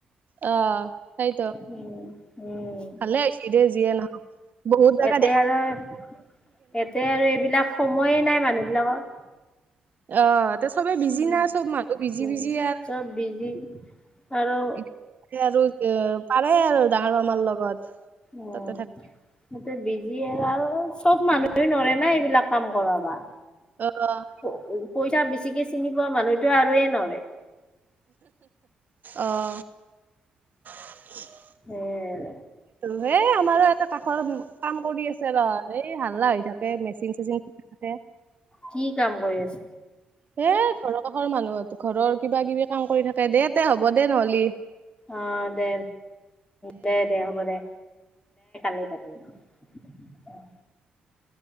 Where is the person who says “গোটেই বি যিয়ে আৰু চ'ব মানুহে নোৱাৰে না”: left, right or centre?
Left